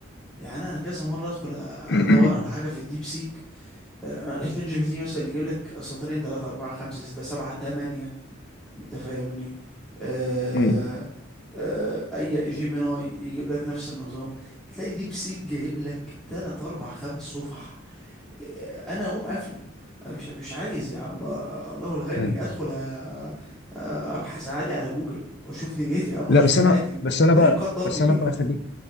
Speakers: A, in the centre; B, on the left.
A: يعني انا كذا مره ادخل ادور
B: <coughs>
A: على حاجه في الديب سيك آه، شات جي بي تي مثلا يجيب لك سطرين 3 4 5 6 7 8 انت فاهمني آه
B: <clears throat> مم.
A: آه اي جيميناي يجيب لك نفس النظام تلاقي ديب سيك جايب لك 3 4 5 صفح انا اقوم قافله مش مش عايز يا عم آه، الله الغني
B: آه.
A: ادخل أ- أ- ابحث عادي على جوجل واشوف دنيتي يا عم واشوف
B: لا بس
A: حياتي
B: انا
A: انت
B: بس
A: أنت
B: انا بقى
A: ليه مقدرني
B: بس انا بقى
A: <laughs>
B: خلي